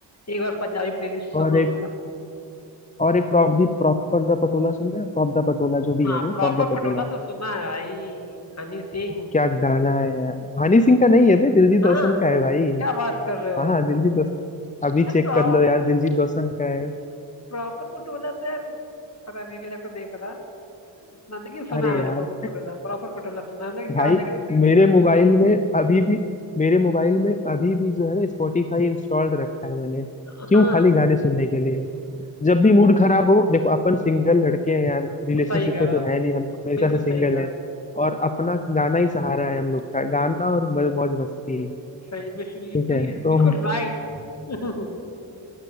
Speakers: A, on the left; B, on the left.
A: एक बार पंजाबी प्लेलिस्ट
B: और
A: सुनूंगा
B: एक और एक प्रॉप दी प्रॉपर दा पटोला सुनना है प्रॉप दा पटोला जो भी
A: हाँ
B: है वो
A: प्रॉपर
B: प्रॉप दा
A: पटोला
B: पटोला
A: तो सुना है भाई हनी सिंह
B: क्या गाना है यार हनी सिंह का नहीं है बे दिलजीत दोसांझ
A: हाँ
B: का है भाई
A: क्या बात कर रहे हो
B: हाँ हाँ दिलजीत दोसांझ अभी
A: अरे
B: चेक कर लो यार दिलजीत दोसांझ का है
A: प्रॉपर पटोला तो यार पता नहीं मेरे को नहीं पता इतना लेकिन सुना
B: अरे
A: है मैंने
B: यार
A: प्रॉपर पटोला प्रॉपर पटोला सुना है लेकिन
B: भाई
A: गाने का सिंगर
B: मेरे मोबाइल
A: दिया
B: में अभी भी मेरे मोबाइल में अभी भी जो है ना स्पॉटिफाई इंस्टॉल्ड रखा है मैंने
A: हाँ
B: क्यों खाली
A: हाँ
B: गाने सुनने के लिए जब भी मूड खराब हो देखो अपन सिंगल लड़के हैं यार रिलेशनशिप
A: <laughs> सही कह
B: में
A: रहा
B: तो
A: हो
B: है नहीं हम हमेशा
A: बिल्कुल
B: से सिंगल
A: सही कहा
B: हैं और अपना गाना ही सहारा है हम लोग का गाना और म- मौज मस्ती
A: सही लिटरली
B: ठीक है तो
A: बिल्कुल राइट <laughs> मतलब